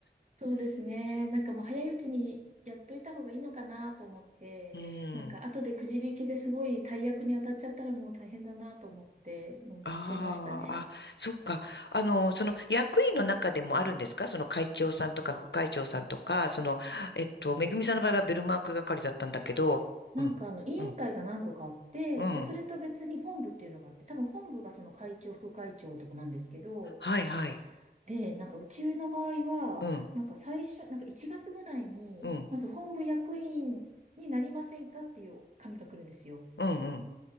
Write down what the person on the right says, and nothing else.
そうですね。なんかもう早いうちにやっといた方がいいのかなと思って、
なんか後でくじ引きですごい大役に当たっちゃったらもう大変だなと思って、もうやっちゃいましたね。
なんかあの委員会が何個かあって、
で、それと別に本部っていうのがあって、多分本部がその会長、副会長とかなんですけど、
で、なんかうちの場合は、
なんか最初、なんか1月ぐらいに、
まず本部役員になりませんかっていう紙が来るんですよ。